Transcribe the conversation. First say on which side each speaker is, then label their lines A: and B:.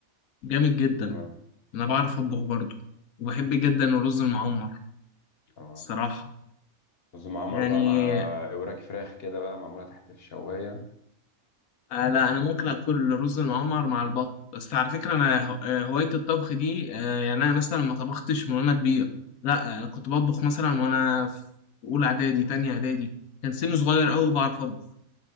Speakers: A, on the left; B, on the left.
A: جامد جدا
B: تمام
A: أنا بعرف أطبخ برضه وبحب جدا الرز المعمر
B: اه
A: الصراحة
B: رز معمر
A: يعني
B: بقى مع وراك فراخ كده بقى معمولة تحت الشواية
A: آه لا انا ممكن اكل رز معمر مع البط بس على فكره انا هو- آه، هوايه الطبخ دي آه، يعني انا مثلا ما طبختش من وانا كبير لا انا كنت بطبخ مثلا وانا في اولى اعدادي تانية اعدادي كان سني صغير قوي بعرف اطبخ